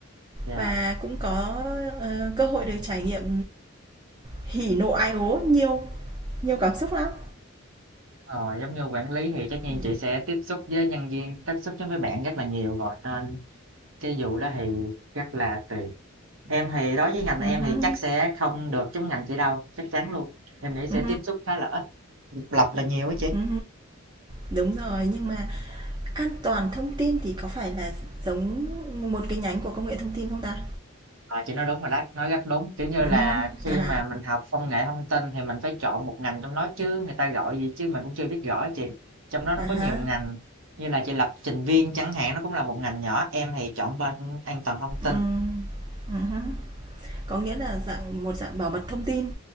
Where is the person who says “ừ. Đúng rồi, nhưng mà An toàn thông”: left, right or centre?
Right